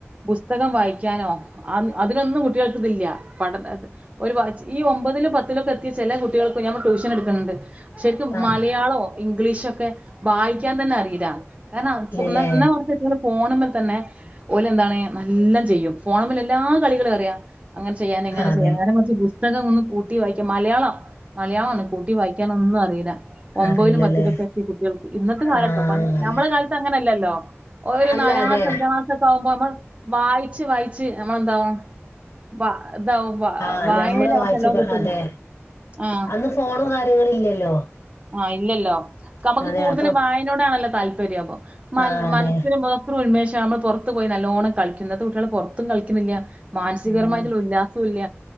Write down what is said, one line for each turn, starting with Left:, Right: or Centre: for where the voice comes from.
Right: പുസ്തകം വായിക്കാനോ അ അതിനൊന്നും കുട്ടികൾക്കിതില്ല പഠന ഒരു ഈ ഒമ്പതിലും പത്തിലൊക്ക എത്തിയ ചെല കുട്ടികൾക്ക് ഞാൻ ട്യൂഷൻ ഇട്ക്ക്ണ് ണ്ട് ശരിക്
Left: ആഹ്
Right: മലയാളോ ഇംഗ്ലീഷൊക്കെ വായിക്കാൻ തന്നെ അറീല കാര്ണം
Left: ഇല്ലല്ലേ
Right: ഇന്ന ഇന്നാ ഓൽക് ഫോണ്മ്മൽ തന്നെ ഓല് എന്താണ് നല്ലം ചെയ്യും ഫോണ്മ്മല് എല്ലാ കളികളും അറിയ അങ്ങനെ ചെയ്യാന് ഇങ്ങനെ
Left: അതെ
Right: ചെയ്യ നേരെ മറീച് പുസ്തകം ഒന്ന് കൂട്ടി വായിക്കാ മലയാളം മലയാളാണ് കൂട്ടി വായിക്കാനൊന്നു അറീല ഒമ്പതിലും
Left: അറിയില്ലല്ലേ
Right: പത്തിലൊക്ക എത്തിയ കുട്ടീൾക്ക് ഇന്നത്തെ കാലട്ടൊ
Left: ആഹ്
Right: പൺ നമ്മളെ കാലത്ത് അങ്ങനല്ലല്ലൊ ഒരു
Left: അല്ല
Right: നാലാം
Left: അതെ
Right: ക്ലാസ്സ്‌ അഞ്ചാം ക്ലാ ക്കാവുമ്പൊ നമ്മൾ വായിച്ച് വായിച്ച് നമ്മളെന്താവും വാ ഇതാവും വ
Left: ആഹ്
Right: വായനേല്
Left: ഞമ്മള്
Right: നമുക്കെല്ലാം
Left: വായിച്ച്
Right: കിട്ടല്ലോ
Left: അതേ
Right: ആ
Left: അന്ന് ഫോണും കാര്യങ്ങളും ഇല്ലല്ലോ
Right: ആഹ് ഇല്ലല്ലോ കമക്ക്
Left: അതെ
Right: കൂടുതലും
Left: അപ്പൊ
Right: വായനോടണല്ലോ താല്പര്യ ഇപ്പൊ മ
Left: ആഹ് അതെ
Right: മൻസ്സിന് <unintelligible> ഉന്മേഷാണ് നമ്മൾ പുറത്ത് പോയി നല്ലോണം കളിക്ക്ന്നത് ഇന്നത്തെ കുട്ടീള് പൊറ്ത്തും കൾക്കിന്നില്ല മാനസികരമായിട്ട്ള്ളൊ
Left: ഉം
Right: ഇല്ല ല്ല